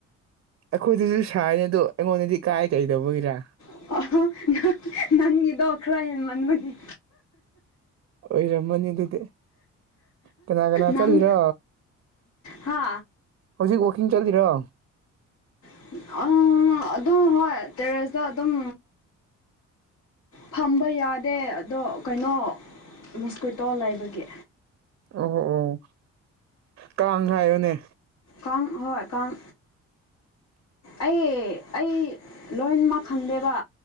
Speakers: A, on the right; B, on the left.
A: ꯑꯩꯈꯣꯏꯗꯁꯨ ꯁꯥꯢꯅꯦ ꯑꯗꯨ ꯑꯩꯉꯣꯟꯗꯗꯤ ꯀꯥꯏ ꯀꯩꯗꯧꯕꯒꯤꯔꯥ
B: <unintelligible> ꯅꯪ ꯅꯪꯒꯤꯗꯣ ꯈꯔ ꯍꯦꯟꯃꯟꯕꯒꯤ
A: ꯑꯣꯏꯔꯝꯃꯅꯤ ꯑꯗꯨꯗꯤ ꯀꯅꯥ ꯀꯅꯥ
B: ꯅꯪ
A: ꯆꯠꯂꯤꯔꯥ
B: ꯍꯥ
A: ꯍꯧꯖꯤꯛ ꯋꯥꯛꯀꯤꯡ ꯆꯠꯂꯤꯔꯣ
B: <unintelligible> ꯑꯗꯨꯝ ꯍꯣꯏ ꯇꯦꯔꯦꯁꯇ ꯑꯗꯨꯝ ꯐꯝꯕ ꯌꯥꯗꯦ ꯑꯗꯣ ꯀꯩꯅꯣ ꯃꯣꯁꯀ꯭ꯋꯤꯇꯣ ꯂꯩꯕꯒꯤ
A: ꯑꯣ ꯑꯣ ꯀꯥꯡ ꯍꯥꯏꯌꯣꯅꯦ
B: ꯀꯥꯡ ꯍꯣꯏ ꯀꯥꯡ ꯑꯩ ꯑꯩ ꯂꯣꯏꯅꯃꯛ ꯈꯪꯗꯦꯕ